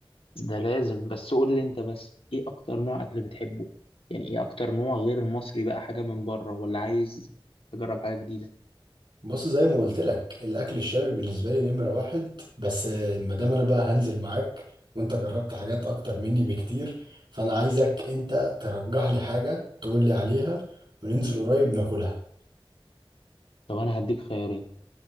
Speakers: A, on the left; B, on the right.
A: ده لازم بس قول لي انت بس ايه اكتر نوع اكل بتحبه يعني ايه اكتر نوع غير المصري بقى حاجة من بره ولا عايز تجرب حاجة جديدة
B: بص زي ما قلت لك الاكل الشامي بالنسبه لي نمره واحد بس ما دام انا بقى هنزل معاك وانت جربت حاجات اكتر مني بكتير فانا عايزك انت ترجح لي حاجه تقول لي عليها وننزل قريب ناكلها
A: طب انا هديك خيارين